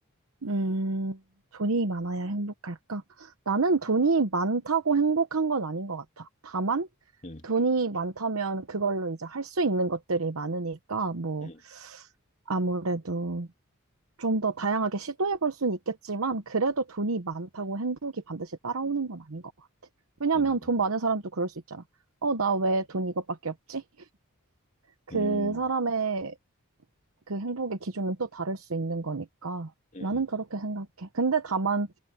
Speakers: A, on the right (about 65°); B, on the left (about 35°).
A: 음, 돈이 많아야 행복할까? 나는 돈이 많다고 행복한 건 아닌 것 같아. 다만,
B: 음,
A: 돈이 많다면 그걸로 이제 할 수 있는 것들이 많으니까, 뭐,
B: 음,
A: 아무래도 좀 더 다양하게 시도해 볼 수는 있겠지만, 그래도 돈이 많다고 행복이 반드시 따라오는 건 아닌 것 같아. 왜냐면
B: 음,
A: 돈 많은 사람도 그럴 수 있잖아. 어, 나 왜 돈 이것밖에 없지? 그
B: 음,
A: 사람의 그 행복의 기준은 또 다를 수 있는 거니까.
B: 음,
A: 나는 그렇게 생각해. 근데 다만,